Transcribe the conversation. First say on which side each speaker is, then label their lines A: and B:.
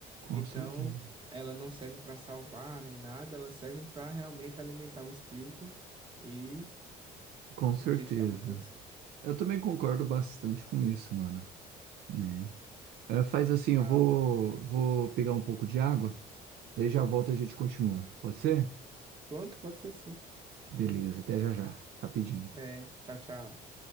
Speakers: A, on the right (about 70°); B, on the right (about 30°).
A: Com
B: Então,
A: certeza.
B: ela não serve para salvar nem nada, ela serve para realmente alimentar o espírito e
A: Com certeza.
B: nos deixar mais
A: Eu também concordo bastante com isso, mano. né? Eh, faz assim, eu
B: da
A: vou,
B: hora.
A: vou pegar um pouco de água, daí já volto e a gente continua. Pode ser?
B: Pronto, pode ser sim.
A: Beleza, até já já, rapidinho.
B: É, tchau, tchau.